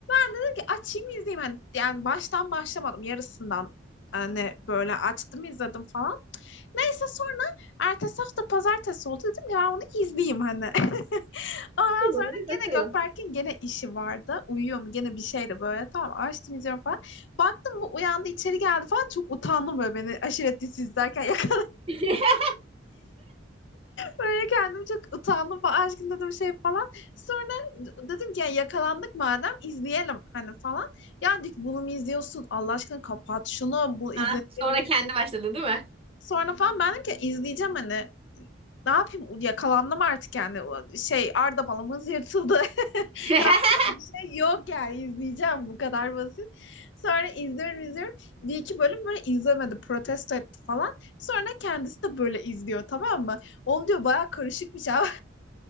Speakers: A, on the left (about 65°); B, on the right (about 30°).
A: dedim ki açayım izleyeyim. Hani, yani baştan başlamadım. Yarısından hani böyle açtım izledim falan. Neyse sonra ertesi hafta pazartesi oldu. Dedim ya onu izleyeyim hani. Ondan
B: Bir bunu
A: sonra
B: bir
A: gene
B: bakalım.
A: Gökberk'in gene işi vardı. Uyuyor mu gene bir şeyle böyle tamam açtım falan. Baktım bu uyandı içeri geldi falan çok utandım böyle beni aşiret dizisi izlerken. <laughs> Yak-
B: <laughs>
A: böyle kendim çok utandım falan aşkım dedim şey falan. Sonra dedim ki "Ya yakalandık madem izleyelim hani falan. Ya dik bunu mu izliyorsun Allah aşkına kapat şunu bu izlenir
B: Ha, sonra
A: mi?"
B: kendi başladı değil mi?
A: Sonra falan ben dedim ki izleyeceğim hani. Ne yapayım yakalandım artık yani şey Arda balımız yırtıldı.
B: <laughs>
A: yapacak bir şey yok yani izleyeceğim bu kadar basit. Sonra izliyorum izliyorum. Bir iki bölüm böyle izlemedi protesto etti falan. Sonra kendisi de böyle izliyor tamam mı? Oğlum diyor baya karışıkmış abi.